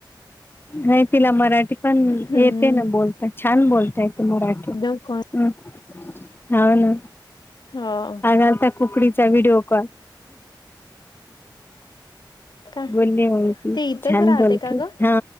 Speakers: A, on the left (about 25°); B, on the left (about 60°).
A: नाही तिला मराठी पण
B: हम्म
A: येते ना बोलता छान बोल मराठी,
B: एकदम कोण
A: हम्म हाव ना.
B: हो
A: आज आलता कुकडीचा व्हिडिओ कॉल.
B: का?
A: बोलली मग ती.
B: ते इथंच
A: छान
B: राहते
A: बोलती.
B: का ग?
A: हा.